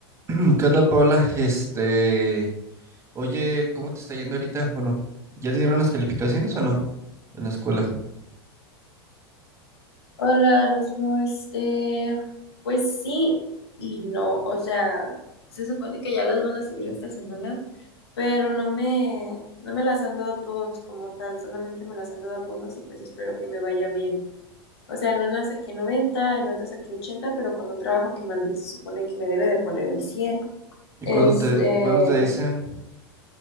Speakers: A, on the right; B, on the left.
A: <clears throat> ¿Qué onda, Paula? Este, oye, ¿cómo te está yendo ahorita? Bueno, ¿ya te dieron las calificaciones o no? En la escuela.
B: Hola, Rodrigo, este, pues sí y no, o sea, se supone que ya las van a subir esta semana, pero no me, no me las han dado todos como tal, solamente me las han dado algunos y pues espero que me vaya bien. O sea, en una saqué 90, en otra saqué 80, pero con un trabajo que mandé se supone que me debe de poner el 100.
A: ¿Y
B: Este,
A: cuándo te, cuándo te dicen?